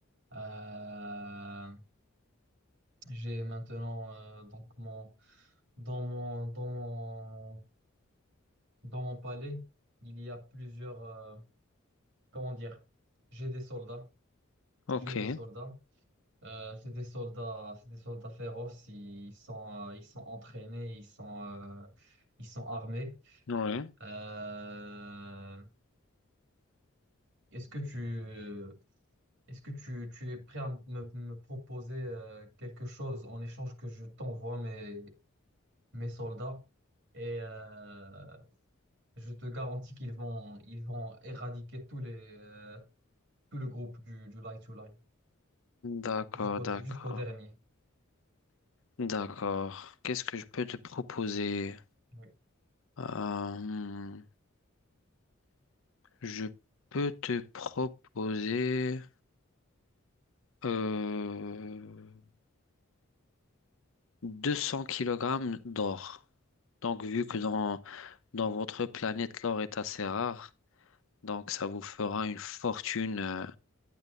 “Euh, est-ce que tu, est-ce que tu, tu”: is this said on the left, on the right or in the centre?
Right